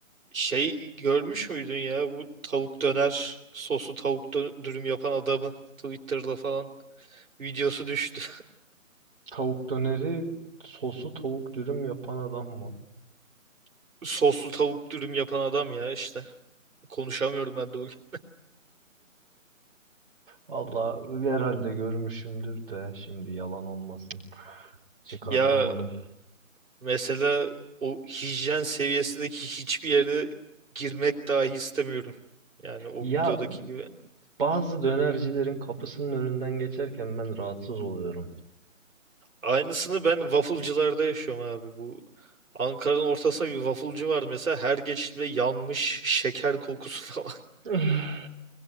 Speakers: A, on the right; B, on the right.
A: Şey görmüş müydün ya bu tavuk döner soslu tavuk dö- dürüm yapan adamı Twitter'da falan videosu düştü.
B: Tavuk döneri sosu tavuk dürüm yapan adam mı?
A: <laughs> Soslu tavuk dürüm yapan adam ya işte. Konuşamıyorum ben de bugün.
B: Valla herhalde görmüşümdür de şimdi yalan olmasın. Çıkartamadım.
A: Ya mesela o hijyen seviyesindeki hiçbir yere girmek dahi istemiyorum. Yani o
B: Ya
A: videodaki gibi.
B: bazı dönercilerin kapısının önünden geçerken ben rahatsız oluyorum.
A: Aynısını ben waffle'cılarda yaşıyorum abi. Bu Ankara'nın ortasında bir waffle'cı var mesela. Her geçişimde yanmış şeker kokusu <laughs> falan
B: <laughs>